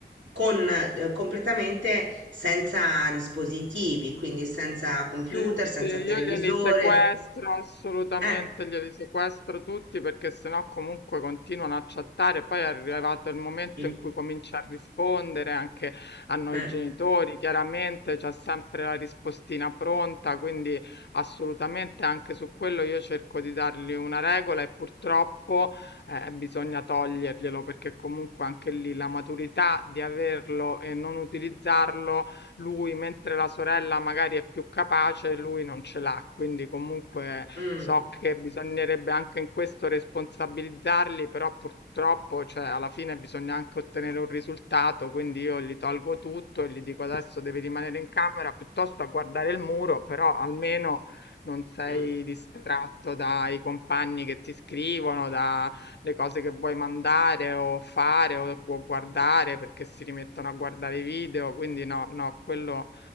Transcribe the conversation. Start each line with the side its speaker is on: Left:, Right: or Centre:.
Right: con eh, completamente senza dispositivi, quindi senza computer,
Left: Sì, sì,
Right: senza
Left: io
Right: televisore.
Left: glieli sequestro, assolutamente
Right: Eh,
Left: glieli sequestro tutti perché sennò comunque continuano a chattare. Poi è arrivato il momento
Right: mm,
Left: in cui comincia a rispondere anche a noi
Right: eh,
Left: genitori, chiaramente c'è sempre la rispostina pronta, quindi assolutamente anche su quello io cerco di dargli una regola e purtroppo eh, bisogna toglierglielo perché comunque anche lì la maturità di averlo e non utilizzarlo lui, mentre la sorella magari è più capace, lui non ce l'ha. Quindi comunque
Right: mm,
Left: so che bisognerebbe anche in questo responsabilizzarli, però purtroppo, cioè, alla fine bisogna anche ottenere un risultato, quindi io gli tolgo tutto e gli dico adesso devi rimanere in camera piuttosto a guardare il muro, però almeno non sei
Right: mm,
Left: distratto dai compagni che ti scrivono, da le cose che vuoi mandare o fare o, o guardare perché si rimettono a guardare i video, quindi no, no, quello